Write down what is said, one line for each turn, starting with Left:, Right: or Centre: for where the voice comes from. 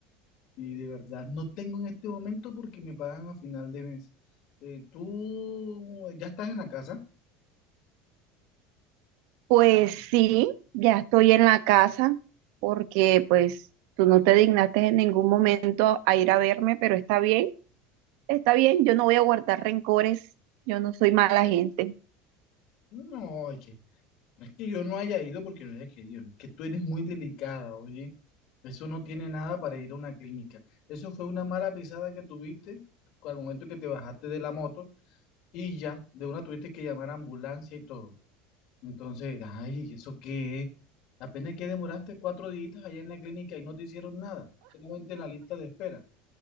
Left: y de verdad no tengo en este momento porque me pagan a final de mes. Eh, ¿tú ya estás en la casa?
Right: Pues sí, ya estoy en la casa porque pues tú no te dignaste en ningún momento a ir a verme, pero está bien, está bien, yo no voy a guardar rencores, yo no soy mala gente.
Left: No, es que, no es que yo no haya ido porque no haya querido, es que tú eres muy delicada, oye. Eso no tiene nada para ir a una clínica. Eso fue una mala pisada que tuviste al momento que te bajaste de la moto y ya, de una tuviste que llamar a ambulancia y todo. Entonces, ay, ¿eso qué es? Apenas que demoraste cuatro días allá en la clínica y no te hicieron nada, solamente la lista de espera.